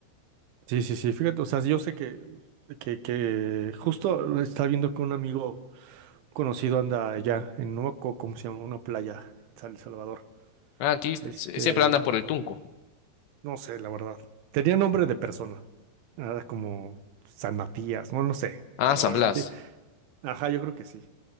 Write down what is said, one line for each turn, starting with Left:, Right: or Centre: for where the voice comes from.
Right: Sí, sí, sí, fíjate, o sea, yo sé que, que, que justo está viendo que un amigo conocido anda allá en Nuevo, ¿cómo se llama? Una playa en San Salvador.
Left: Ah, Aquí s-
Right: Este,
Left: siempre andan por el Tunco.
Right: no sé, la verdad. Tenía nombre de persona. Era como San Matías, no, no sé,
Left: Ah,
Right: pero
Left: San Blas.
Right: era... te- Ajá, yo creo que sí.